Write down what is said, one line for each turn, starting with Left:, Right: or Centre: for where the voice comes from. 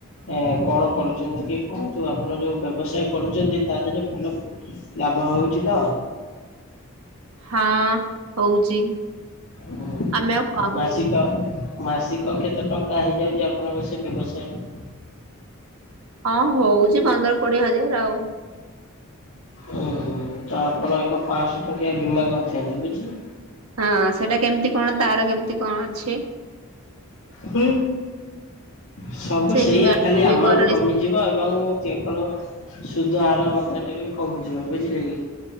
Left: ଏ କଣ କରୁଛନ୍ତି କି କୁହନ୍ତୁ ଆପଣ ଯୋଉ ବ୍ୟବସାୟ କରୁଛନ୍ତି ତା ଦେହରେ ଭଲ ଲାଭ ହଉଛି ତ।
Right: ହଁ ହଉଛି
Left: ହୁଁ
Right: ଆମେ ଆଉ କ
Left: ମାସିକ
Right: କରୁ
Left: ମାସିକ କେତେ ଟଙ୍କା ହେଇଯାଉଛି ଆପଣଙ୍କ ସେ ବ୍ୟବସାୟ ରେ?
Right: ହଁ ହଉଛି ପନ୍ଦର କୋଡିଏ ହଜାର ଆଉ।
Left: ହୁଁ ହୁଁ ତ ଆପଣ ଏକ ପାଞ୍ଚଶ ଟଙ୍କିଆ ବୀମା କରିଦିଅନ୍ତୁ ବୁଝିଲେ।
Right: ହଁ ସେଇଟା କେମିତି କଣ ତାର କେମିତି କଣ ଅଛି।
Left: ହ ସବୁ
Right: ସେ
Left: ସେଇଆ
Right: ବି
Left: ଖାଲି
Right: ବିବରଣୀ
Left: ଆମାଉଣ୍ଟ କମି ଯିବ ଏବଂ ଆପଣ ସୁଧହାରହାର ମଧ୍ୟ ଟିକେ କମିଯିବ ବୁଝିଲେ କି।